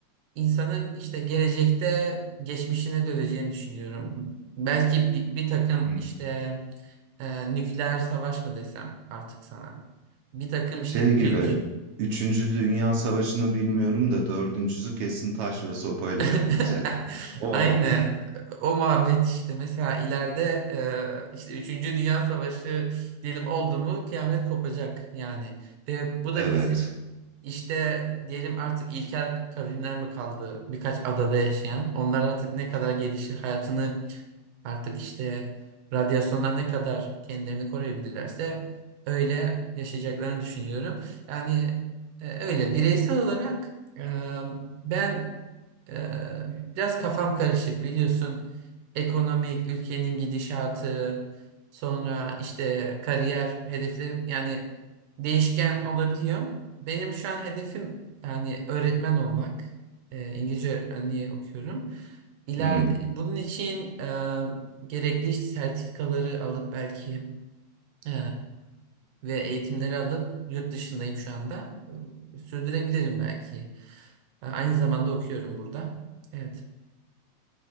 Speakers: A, on the right (about 85°); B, on the right (about 70°).
A: insanın işte gelecekte geçmişine döneceğini düşünüyorum. Belki bir, bir takım
B: Hmm.
A: işte e, nükleer savaş mı desem artık sana. Bir takım
B: Şey
A: işte
B: gibi
A: büyük
B: Üçüncü Dünya Savaşı'nı bilmiyorum da dördüncüsü kesin taş ve sopayla
A: <laughs>
B: yapılacak. O.
A: Aynı
B: <laughs>
A: o muhabbet işte mesela ileride e, işte üçüncü Dünya Savaşı diyelim oldu mu kıyamet kopacak yani ve bu da
B: Evet.
A: bizim işte diyelim artık ilkel kavimler mi kaldı birkaç adada yaşayan onlar artık ne kadar gelişir hayatını Artık işte radyasyondan ne kadar kendilerini koruyabilirlerse öyle yaşayacaklarını düşünüyorum. Yani e, öyle bireysel olarak e, ben e, biraz kafam karışık biliyorsun. Ekonomik, ülkenin gidişatı, sonra işte kariyer hedeflerim yani değişken olabiliyor. Benim şu an hedefim yani öğretmen olmak. E, İngilizce öğretmenliği okuyorum. İleride,
B: Hmm.
A: bunun için e, gerekli işte sertifikaları alıp belki e, ve eğitimleri alıp yurt dışındayım şu anda. E, Sürdürebilirim belki. E, aynı zamanda okuyorum burada. Evet.